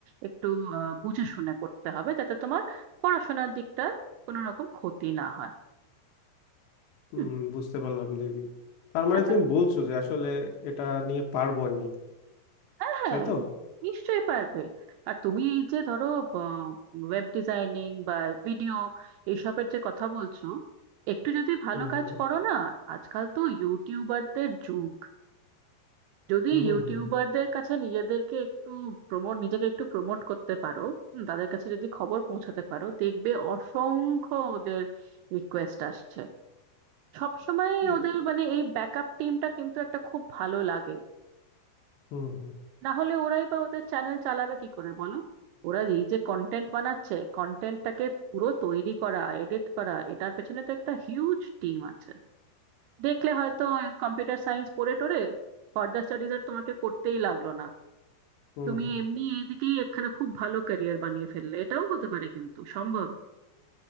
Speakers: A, on the right (about 85°); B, on the left (about 80°).
A: একটু আহ, বুঝে শুনে করতে হবে যাতে তোমার পড়াশোনার দিকটা কোনো রকম ক্ষতি না হয়
B: হুম
A: হুম
B: বুঝতে পারলাম দিদি তার মানে
A: আচ্ছা
B: তুমি বলছো যে আসলে এটা নিয়ে পারবো আমি
A: হ্যাঁ হ্যাঁ
B: তাই তো
A: নিশ্চয়ই পারবে আর তুমি এই যে ধরো ওয়েব ডিজাইনিং বা ভিডিও এইসবের যে কথা বলছো একটু যদি ভালো
B: হুম
A: কাজ
B: হুম
A: করো না আজকাল তো ইউটিউবারদের যুগ যদি
B: হুম
A: ইউটিউবারদের
B: হুম হুম
A: কাছে নিজেদেরকে একটু প্রমোট নিজেকে একটু প্রমোট করতে পারো হুম, তাদের কাছে যদি খবর পৌঁছাতে পারো দেখবে অসংখ্য ওদের রিকোয়েস্ট আসছে সবসময়
B: দে-
A: ওদের মানে এই ব্যাকআপ টিমটা কিন্তু একটা খুব ভালো লাগে
B: হুম হুম
A: না হলে ওরাই বা ওদের চ্যানেল চালাবে কি করে বলো ওরা এই যে কন্টেন্ট বানাচ্ছে কন্টেন্টটাকে পুরো তৈরি করা এডিট করা এটার পেছনে তো একটা হিউজ টিম আছে দেখলে হয়তো কম্পিউটার সায়েন্স পড়ে টোরে ফার্দার স্টাডিজ আর তোমাকে করতেই লাগলো না
B: হুম
A: তুমি
B: হুম
A: এমনি এইদিকেই একখানা খুব ভালো ক্যারিয়ার বানিয়ে ফেললে এটাও হতে পারে কিন্তু সম্ভব